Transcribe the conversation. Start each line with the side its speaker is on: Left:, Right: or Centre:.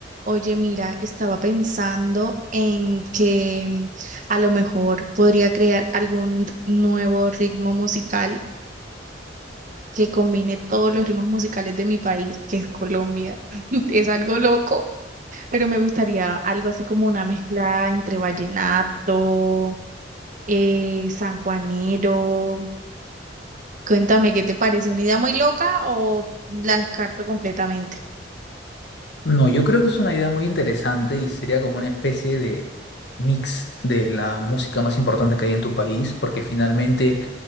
Right: Oye, mira, estaba pensando en que mm, a lo mejor podría crear algún nuevo ritmo musical que combine todos los ritmos musicales de mi país, que es Colombia. <laughs> Es algo loco, pero me gustaría algo así como una mezcla entre vallenato, eh, sanjuanero. Cuéntame, ¿qué te parece? ¿Una idea muy loca o la descarto completamente?
Left: No, yo creo que es una idea muy interesante y sería como una especie de mix de la música más importante que hay en tu país, porque finalmente